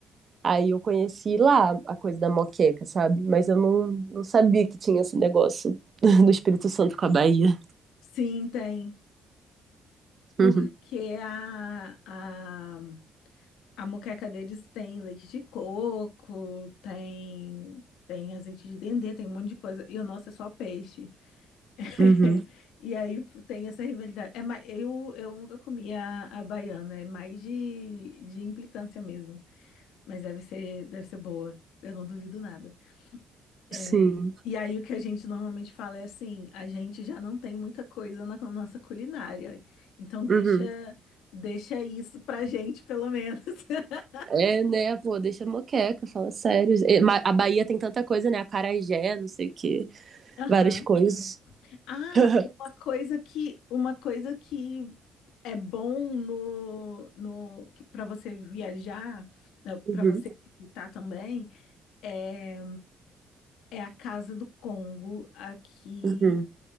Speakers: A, on the right; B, on the left.
A: Aí eu conheci lá a coisa da moqueca, sabe? Mas eu não, não sabia que tinha esse negócio <laughs> do Espírito Santo com a Bahia.
B: Sim, tem. Porque
A: Uhum,
B: a, a, a moqueca deles tem leite de coco, tem, tem azeite de dendê, tem um monte de coisa. E o nosso é só peixe. <laughs>
A: uhum,
B: E aí f- tem essa rivalidade. É, ma- eu, eu nunca comi a, a baiana, é mais de, de implicância mesmo. Mas deve ser, deve ser boa. Eu não duvido nada. É,
A: sim.
B: e aí o que a gente normalmente fala é assim, a gente já não tem muita coisa na co- nossa culinária, então deixa
A: Uhum.
B: deixa isso pra gente pelo menos. <laughs>
A: É, né, pô, deixa a moqueca, fala sério. É, ma- A Bahia tem tanta coisa, né? Acarajé, não sei o quê,
B: Aham.
A: várias coisas.
B: Ah,
A: <laughs>
B: uma coisa que uma coisa que é bom no no para você viajar,
A: Uhum,
B: para você visitar também, é é a Casa do Congo aqui
A: uhum.